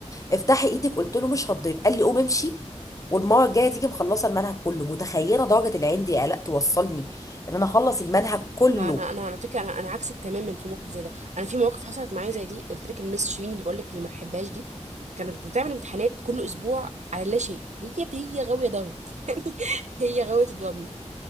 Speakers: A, on the left; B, on the right.
A: افتحي ايدك قلت له مش هتضيب قال لي قوم امشي والمره الجايه تيجي مخلصه المنهج كله متخيله درجه العين دي قلق توصلني ان انا اخلص المنهج كله
B: لا انا انا على فكره انا انا عكسك تماما في الموقف زي ده انا في مواقف حصلت معايا زي دي قلت لك المس شيرين اللي بقول لك اللي ما بحبهاش دي كانت بتعمل امتحانات كل اسبوع على لا شيء هي هي غاويه ضرب <laughs> هي غاويه الضربنه